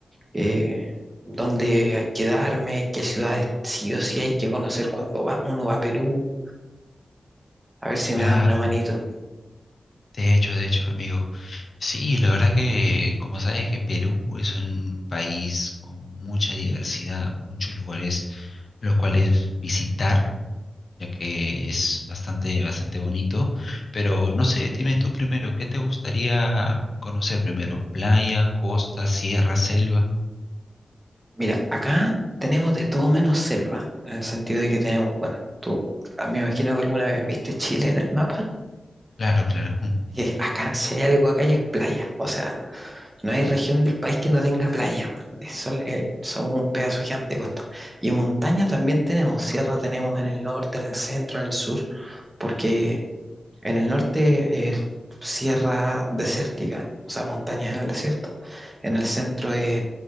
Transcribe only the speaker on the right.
eh, dónde hay que quedarme, qué ciudades sí o sí hay que conocer cuando va, uno va a Perú A ver si
me das una manito.
Mira, acá tenemos de todo menos selva, en el sentido de que tenemos, bueno, tú, a- mí me imagino que alguna vez viste Chile en el mapa,
y es- acá, si hay algo acá, y es playa. O sea, no hay región del país que no tenga playa. man. Es sol- eh, somos un pedazo gigante de costa. Y montaña también tenemos, sierra tenemos en el norte, en el centro, en el sur, porque En el norte es sierra desértica, o sea, montañas en el desierto. En el centro es